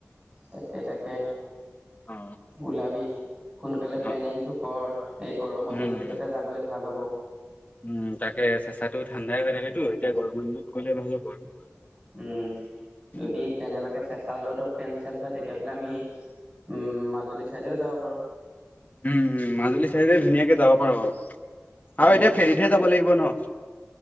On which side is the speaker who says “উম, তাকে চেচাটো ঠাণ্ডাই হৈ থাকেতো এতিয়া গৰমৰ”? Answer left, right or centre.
Left